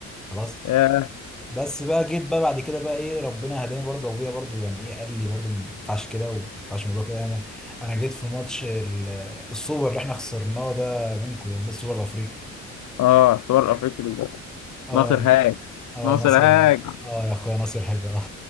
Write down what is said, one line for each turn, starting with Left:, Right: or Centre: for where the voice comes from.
Centre: خلاص
Left: ياه.
Centre: بس بقى جيت بقى بعد كده بقى ايه ربنا هداني برضه ابويا برضه يعني ايه قال لي برضه ما ينفعش كده وما ينفعش الموضوع كده انا انا جيت في ماتش ال- السوبر اللي احنا خسرناه ده منكم ده ماتش السوبر الافريقي
Left: اه صور افريقيا دي.
Centre: اه
Left: ناصر هاج
Centre: اه
Left: ناصر
Centre: ناصر
Left: هاج
Centre: اه يا اخويا ناصر حاجه اه